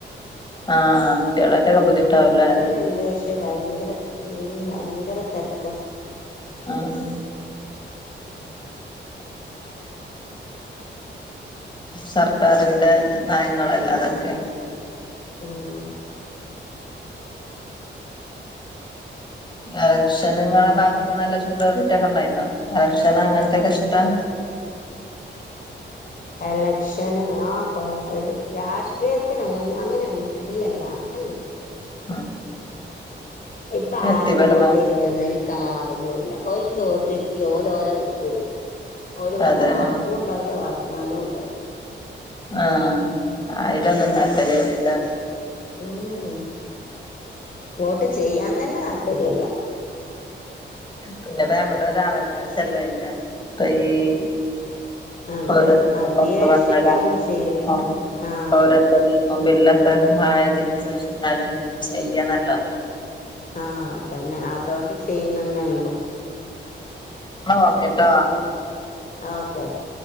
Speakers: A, on the left (about 25°); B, on the left (about 45°).
A: ആഹ് കുട്യേളേറ്റക്കെ ബുദ്ധിമുട്ടാവുലേ
B: ക്കണ്ട് ക്ഷെ ഭയങ്കര തരക്കാ ഉ ഭയങ്കര തരാക്ക
A: ആഹ് സർക്കാരിന്റെ നയങ്ങളല്ല അതൊക്കെ
B: ഉം
A: എലക്ഷനും ഇങ്ങളെ
B: അതെ
A: ഭാത്തൊക്കെ നല്ല ചൂടാറ് റ്റൊക്കെ ഇണ്ടായിന്നോ എലക്ഷനും അങ്ങൻതൊക്കെ ഇഷ്ട്ടാ
B: എലക്ഷന് ആ കൊ എൽ രാഷ്ട്രീയ തിന് അങ്ങനെയൊന്ന് ഇല്ലല്ല അങ്ങനെന്ന്
A: ആ
B: ഇപ്പൊ
A: വ്യക്തിപരമായി
B: ആർക് വോട്ട്യ്തിട്ടൊന്നും ഒര് കാര്യൊല്ലാ ഓല്ക്ക് വോട്ട് ഇട്ടി ഓല് ഓലെ വയക്പോവും. ഓല് പറഞ്ഞ
A: അതെ
B: വാക്കൂണ്ടാവില്ല വാഗ്ദാനോം ഇണ്ടാവൂലാ
A: ആഹ് അയ്ലൊന്നും താല്പര്യല്ല്യാലേ
B: മ്ഹ് വോട്ട് ചെയ്യാൻ തെന്നെ താല്പര്യല്ല.
A: പിന്നെപ്പൊ ഞമ്മളെരുഅവകാശല്ലേ ലെ ഇപ്പയ് <inaudible>
B: അതെ അത് വിചാരിച്ചിട്ട് അങ്ങ് ചെയ്യ ആ
A: പൗരത്വ നിയമം ബില്ലൊക്കെ ആയതിന് സേഷം എന്താലും ചെയ്യണല്ലോ?
B: ആഹ് അതെന്നെ അതോണ്ട് ചെയ്യ്ണെ ന്നേള്ളൂ.
A: ന്ന ഓക്കെട്ടോ.
B: ആ ഓക്കേക്കെ.